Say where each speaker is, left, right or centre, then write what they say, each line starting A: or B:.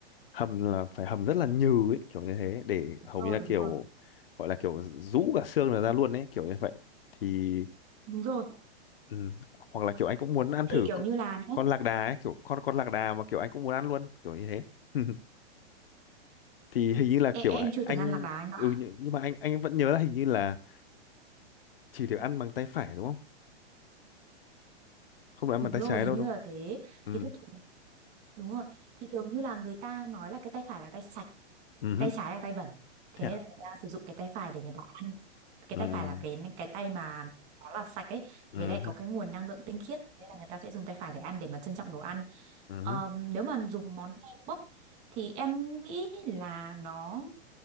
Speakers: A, on the left; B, on the right.
A: hầm là phải hầm rất là nhừ ấy kiểu như thế để
B: Đúng
A: hầu
B: rồi,
A: như là
B: đúng
A: kiểu
B: rồi.
A: gọi là kiểu rũ cả xương là ra luôn ấy kiểu như vậy thì
B: Đúng rồi.
A: ừ. hoặc là kiểu anh cũng muốn ăn
B: Thì
A: thử
B: kiểu
A: c-
B: như là nhá,
A: con lạc đà ấy kiểu con con lạc đà mà kiểu anh cũng muốn ăn luôn kiểu như thế <laughs> thì hình như là
B: em,
A: kiểu
B: em
A: ạ,
B: chưa từng
A: anh
B: ăn lạc đà anh ạ.
A: ừ, nhưng nhưng mà anh anh vẫn nhớ là hình như là chỉ được ăn bằng tay phải đúng không không được ăn
B: Đúng
A: bằng tay
B: rồi,
A: trái
B: hình
A: đâu
B: như
A: đúng
B: là thế.
A: không
B: Thì thông
A: ừ
B: thường- đúng rồi. Thì thường như là người ta nói là cái tay phải là tay sạch
A: ừ
B: tay
A: hứ.
B: trái là tay bẩn thế
A: thế
B: nên
A: à
B: là người ta sử dụng cái tay phải để người ta ăn cái
A: ừ
B: tay phải là cái cái tay mà nó là sạch ấy
A: ừ
B: với lại có
A: hứ,
B: cái nguồn năng lượng tinh khiết nên là người ta sẽ dùng tay phải để ăn để mà trân trọng đồ ăn
A: ừ
B: Ờm,
A: hứ,
B: nếu mà dùng món tay bốc thì em nghĩ là nó